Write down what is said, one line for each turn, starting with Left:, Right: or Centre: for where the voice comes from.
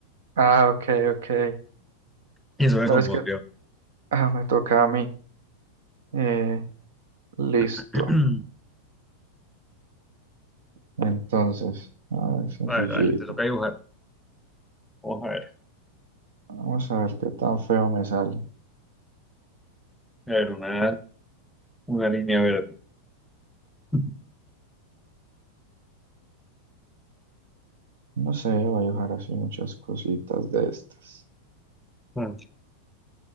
Right: Ah, ok, ok.
Centre: Y eso me
Right: No,
Centre: confundió.
Right: es que Ah, me toca a mí. Eh, listo.
Centre: <clears throat>
Right: Entonces, a ver, sencillita.
Centre: Vale, vale, te toca dibujar. Vamos a ver.
Right: Vamos a ver qué tan feo me sale.
Centre: A ver, una, una línea verde. <laughs>
Right: No sé, voy a dejar así muchas cositas de estas.
Centre: Mm,